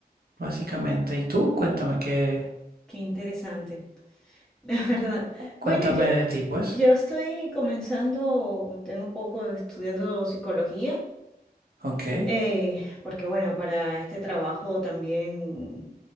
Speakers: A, on the right; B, in the centre.
A: básicamente. Y tú, cuéntame qué,
B: Qué interesante, <laughs> la verdad.
A: cuéntame
B: Bueno, yo,
A: de ti, pues.
B: yo estoy comenzando, tengo un poco estudiando psicología.
A: Ok,
B: Eh, porque bueno, para este trabajo también